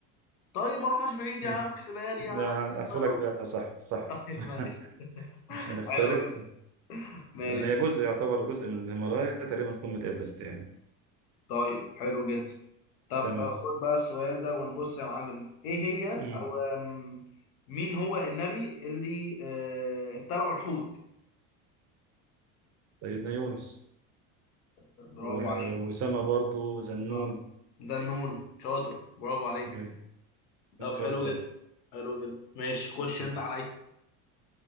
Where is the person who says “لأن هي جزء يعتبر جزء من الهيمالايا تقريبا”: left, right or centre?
Right